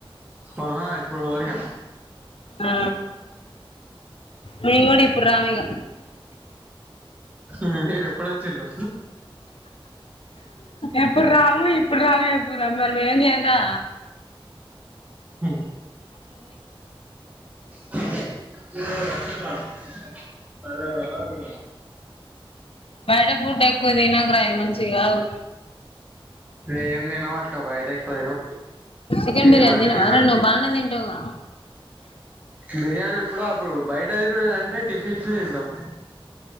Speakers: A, on the right; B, on the left.
A: ఆహా ఇప్పుడు పోను ఇగ
B: ఆ మీమేం కూడా ఇప్పుడు రామ్ ఇగ
A: ఆ మీరు ఎప్పుడు వచ్చిల్లు
B: ఎప్పుడు రాము ఇ ఇప్పుడు రాము ఎప్పుడూ రాము మరి మేం ఏంజేయలిరా
A: ఉ పిల్లాడ పిల్లోడా సరే రా అంటున్న
B: బయట ఫుడ్ ఎక్కువ తినకురా అయిమంచివికావు
A: ఏం తినమాక్క బయట ఎక్కువ తినం
B: చికెన్ బిర్యానీ
A: ఏమా
B: తినవారా
A: టిఫిన్
B: నువ్వు బానే తింటావుగా
A: బిర్యానీ ఎప్పుడు అప్పుడు బయట తినడు అంటే టిఫిన్స్ తింటాం